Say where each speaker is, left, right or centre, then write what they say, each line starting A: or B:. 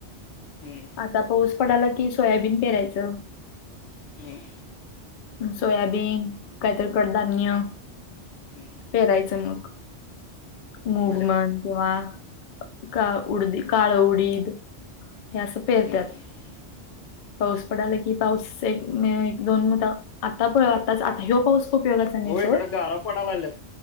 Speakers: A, on the left (about 85°); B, on the left (about 60°).
A: हम्म.
B: आता पाऊस पडाला की, सोयाबीन पेरायचं.
A: हम्म.
B: म सोयाबीन, काहीतरी कडधान्य,
A: हम्म.
B: पेरायचं मग मूग
A: बरे
B: म्हण किंवा का उडदी, काळं उडीद. हे असं पेरत्यात.
A: हम्म हम्म हम्
B: पाऊस पडाला की पाऊस एक, एक दोन मत आता प आता आता ह्यो पाऊस उपयोगाचा नाही
A: हो इकडे
B: सोड,
A: गारा पडायला